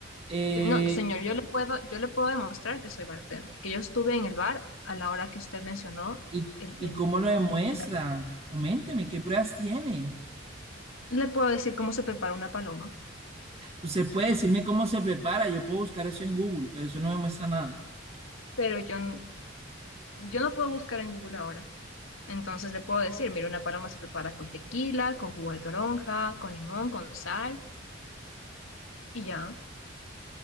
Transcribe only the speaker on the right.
Eh,
¿Y,
y
cómo lo demuestra?
Coménteme, ¿qué pruebas tiene?
Usted puede decirme cómo se prepara, yo puedo buscar eso en Google, pero eso no demuestra nada.